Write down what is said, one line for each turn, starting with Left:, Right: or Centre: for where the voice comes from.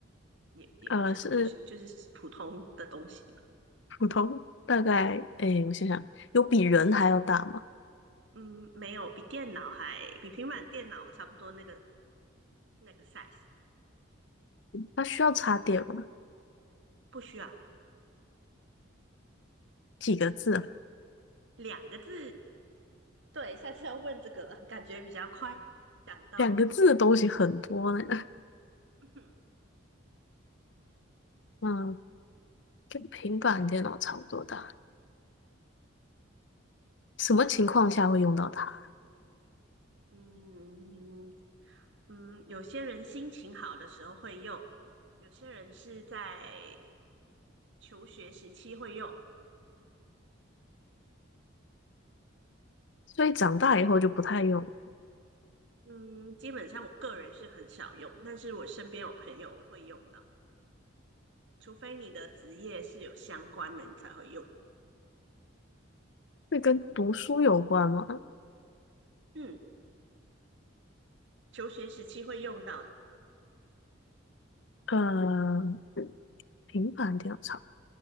Right: 也也不小，
Left: 呃，是
Right: 就是就是普通的东西。
Left: 普通，大概，诶，我想想，有比人还要大吗？
Right: 嗯，没有，比电脑还比平板电脑差不多那个那个 size，
Left: 它需要插电吗？
Right: 不需要。
Left: 几个字啊？
Right: 两个字，对，下次要问这个，感觉比较快想到。
Left: 两个字的东西很多呢。
Right: <clears throat>
Left: 嗯，跟平板电脑差不多大。什么情况下会用到它？
Right: 嗯嗯，有些人心情好的时候会用，有些人是在求学时期会用。
Left: 所以长大以后就不太用了。
Right: 嗯，基本上我个人是很少用，但是我身边有朋友会用到，除非你的职业是有相关的，你才会用。
Left: 会跟读书有关吗？
Right: 嗯，求学时期会用到的，
Left: 呃，平板电脑操，